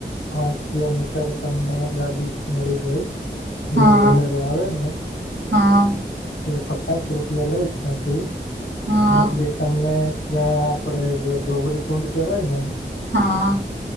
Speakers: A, on the left; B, on the right.
A: પાંચ કિલોમીટર તમને ગાડી મળી, જાય
B: હા
A: જે બોલેરો આવેને
B: હા
A: તે પચાસ રૂપિયા લે છે અથી
B: હા
A: પછી તમને. જ્યાં આપડે જે ગૌરી કુંડ કહેવાય ને.
B: હા.